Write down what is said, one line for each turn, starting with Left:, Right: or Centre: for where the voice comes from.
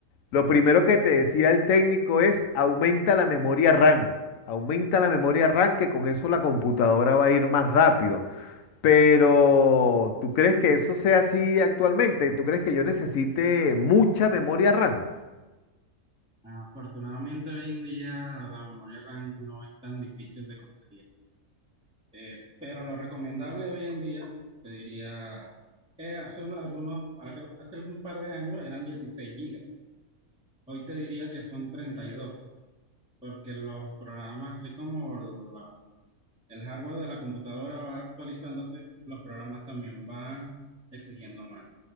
Left: lo primero que te decía el técnico es aumenta la memoria RAM, aumenta la memoria RAM que con eso la computadora va a ir más rápido. Pero ¿tú crees que eso sea así actualmente? ¿Tú crees que yo necesite mucha memoria RAM?
Centre: ah, afortunadamente hoy en día la memoria RAM no es tan difícil de conseguir. Eh, pero lo recomendable hoy en día, te diría, eh, hace un- algunos, algo- hace un par de años eran 16 gigas. Hoy te diría que son 32, porque los programas, así como la- el hardware de la computadora va actualizándose, los programas también van exigiendo más.